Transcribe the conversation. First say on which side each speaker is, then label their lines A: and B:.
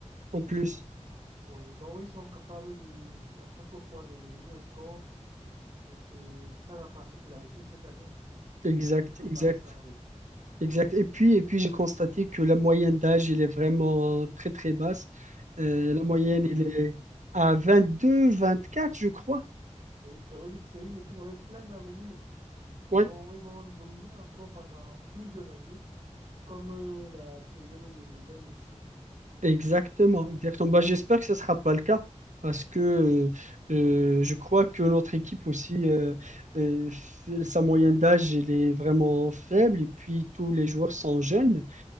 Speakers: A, on the right; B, on the right.
A: en plus.
B: Oui, oui. Donc, ils sont capables de, à chaque fois de revenir au score. Donc, c'est ça la particularité de cette année
A: Exact,
B: du grand
A: exact.
B: Barça, oui.
A: Exact. Et puis, et puis j'ai constaté que la moyenne d'âge, elle est vraiment très, très basse. Euh,
B: Oui,
A: la moyenne,
B: c'est ça.
A: elle est à 22, 24, je crois.
B: Oui, ça veut dire que c'est une équipe avec plein d'avenir.
A: Oui,
B: Donc, ils vont dominer encore pendant plusieurs années. comme euh, la période de Lionel Messi.
A: exactement. Exactement. Bah, j'espère que ce ne sera pas le cas parce que euh, euh, je crois que notre équipe aussi, euh, euh, f- sa moyenne d'âge, elle est vraiment faible. Et puis, tous les joueurs sont jeunes.